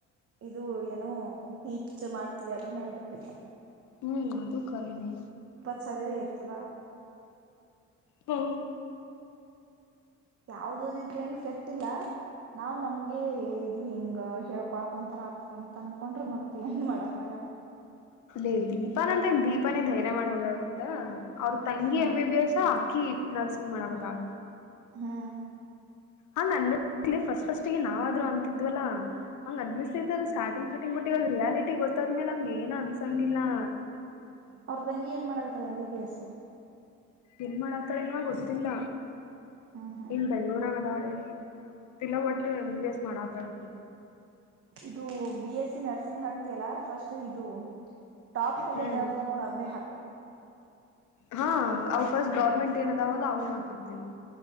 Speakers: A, on the right; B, on the left.
A: ಇದು ಏನೋ ಟೀಚ್ ಮಾಡ್ತೀವಿ ಅದ್ರ ಮೇಲೆ ಡಿಪೆಂಡ
B: ಹ್ಮ್ ಅದು ಕರೆನೆ
A: ಚವರಿ ಇರ್ತದಾ
B: ಹು
A: ಯಾವ್ದದ ಇದ್ರೆ ಏನ್ ಕೆಟ್ಟಿಲ್ಲ ನಾವ್ ನಮ್ಗೆ ಇದು ಹಿಂಗ ಹೇಳ್ಕೊಳಕ್ೊಂತರ ಆ ಅಂತ ಅನ್ಕೊಂಡ್ರೆ ಮತ್ತೆ ಏನ್ ಮಾಡಕ್ ಆಗಲ್ಲ
B: ಅೇ ದೀಪಾನ ಅಂತ ದೀಪಾನೇ ಧೈರ್ಯ ಮಾಡ ಹೋಗಳ ಗೊತ್ತ ಅವ್ರ ತಂಗಿ
A: ಹ್ಮ್
B: ಎಮ್ ಬಿ ಬಿ ಎಸ್ ಅಕ್ಕಿ ನರ್ಸಿಂಗ್ ಮಾಡಕತ್ತಲ
A: ಹಾ
B: ಹಂಗ್ ಅನ್ನಿಸಲಿ ಫಸ್ಟ್ ಫಸ್ಟ್ಿಗೆ ನಾವಾದ್ರು ಅಂತಿದ್ವಲ್ಲಾ ಹಂಗ್ ಅನ್ನಿಸ್ತೈತ ಸ್ಟಾರ್ಟಿಂಗ್ <unintelligible> ಬಿುಟ್ಟಿೋಗ್ ರಿಯಾಲಿಟಿ ಗೊತ್ತಾದ್ಮೇಲೆ ಹಂಗ ಏನ್ ಅನ್ಸಂಗಿಲ್ಲಾ
A: ಅವ್ರ ತಂಗಿ ಏನ್ ಮಾಡಕತ್ತಲ್ಲ ಎಂ ಬಿ ಬಿ ಎಸ್
B: ಏನ್ ಮಾಡಾತಾಳ ಏನೋ ಗೊತ್ತಿಲ್ಲ
A: ಹ್ಮ್ ಹ್ಮ್
B: ಇಲ್ ಬೆಂಗ್ಳೂರಾಗ ಅದಾವಳ ಏನ ತಿಲ ಒಟ್ಟು ಎಂ ಬಿ ಬಿ ಎಸ್ ಮಾಡಕತಾಳೆ
A: ಇದು ಬಿ ಎಸ್ ನರ್ಸಿಂಗ್ ಹಾಕ್ತಿಯಲ್ಲ ಫಸ್ಟ್ ಇದು ಟಾಪ್ ಕಾಲೇಜ್
B: ಹ್ಮ್
A: ಯಾವದೋ ನೋಡು ಅವೇ ಹಾಕು
B: ಹಾ ಅವವು ಫಸ್ಟ್ ಗೌರ್ಮೆಂಟ್ ಏನ ಅದಾವಲ್ಲ ಅವ್ನು ಹಾಕಿರ್ತೇನಿ